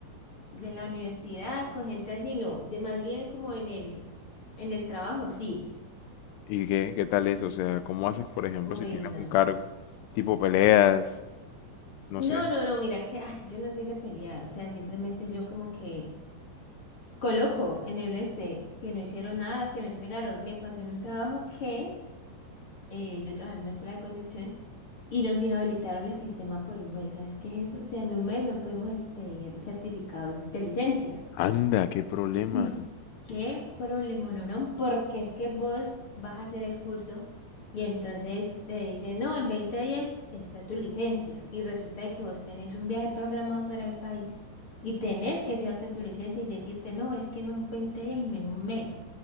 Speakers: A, on the left (about 35°); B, on the left (about 80°).
A: de la universidad, con gente así, no, de más bien como en el, en el trabajo, sí.
B: ¿Y qué, qué tal es? O sea, ¿cómo haces, por ejemplo,
A: Uy,
B: si tienes
A: no.
B: un cargo? Tipo peleas, no
A: No,
B: sé.
A: no, no, mira, que ay, yo no soy de pelear, o sea, simplemente yo como que coloco en el este que no hicieron nada, que no entregaron. Me pasó en un trabajo que eh, yo trabajaba en una escuela de conducción y nos inhabilitaron el sistema por un mes, ¿sabes qué es eso? O sea, en un mes no pudimos expedir certificados de licencia.
B: Anda, qué problema.
A: Uf, qué problema, no, porque es que vos vas a hacer el curso y entonces te dicen, no, en 20 días está tu licencia y resulta de que vos tenés un viaje programado fuera del país y tenés que llevarte tu licencia y decirte, no, es que no en 20 días y no en un mes.